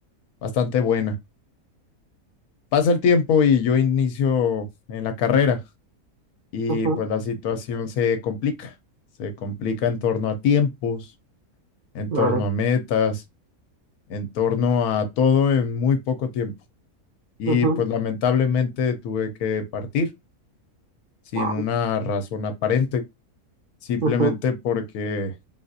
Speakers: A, on the left; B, on the right.
A: bastante buena. Pasa el tiempo y yo inicio en la carrera y
B: ujú,
A: pues la situación se complica, se complica en torno a tiempos, en
B: claro.
A: torno a metas, en torno a todo en muy poco tiempo. y
B: ujú,
A: pues lamentablemente tuve que partir sin
B: Wow.
A: una razón aparente, simplemente
B: ujú.
A: porque